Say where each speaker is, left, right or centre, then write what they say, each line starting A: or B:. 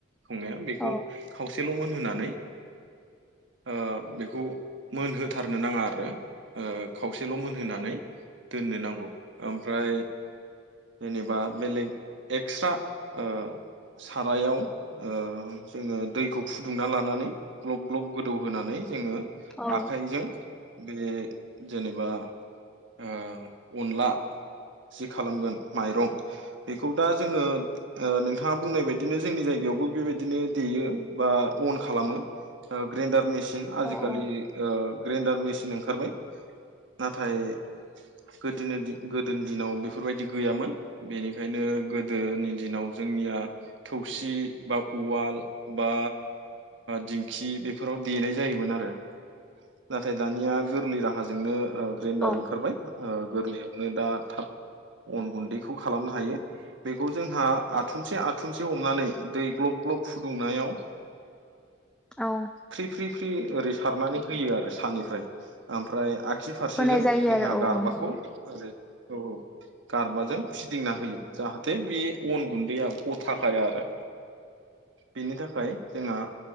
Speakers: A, on the right; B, in the centre.
A: सङो बेखौ
B: औ
A: खावसेल' मोनहोनानै ओ बेखौ मोनहोथारनो नाङा आरो ओ खावसेल' मोनहोनानै दोननो नांगौ। ओमफ्राय जेनेबा बेलेग एक्सट्रा ओ सारायाव ओ जोङो दैखौ फुदुंना लानानै ग्लब ग्लब गो होनानै जोङो
B: औ
A: आखाइजों बे जेनेबा ओ अनला जि खालामगोन माइरं बेखौ दा जोङो ओ नोंथाङा बुंनाय बायदिनो जोंनि जायगा यावबो बेबायदिनो देयो बा अन खालामो ग्रेन्डार मेसिन आजिखालि
B: औ
A: ओ ग्रेन्डार मेसिन ओंखारबाय। नाथाय गोदोनि गोदोनि दिनाव बेफोरबायदि गैयामोन बेनिखायनो गोदोनि दिनाव जोंनि थौसि बा उवाल बा दिंखि बेफोराव देनाय जायोमोन आरो नाथाय दानिया गोरलै राहाजोंनो ओ ग्रेन्डार
B: औ
A: ओंखारबाय ओ गोरलैयावनो दा थाब अन गुन्दैखौ खालामनो हायो बेखौ जोंहा आथुमसे आथुमसे हमनानै दै ग्लब ग्लब फुदुंनायाव
B: औ
A: फ्रि फ्रि फ्रि ओरै सारनानै होयो आरो सानिफ्राय ओमफ्राय आगसि फारसेजों
B: होनाय जायो
A: जोंहा
B: आरो
A: गारबाखौ
B: औ औ नंगौ
A: ओ औ औ। गारबाजों फिदिंना होयो
B: औ
A: जाहाथे बे अन गुन्दैया गथाखा आरो बेनि थाखाय जोंहा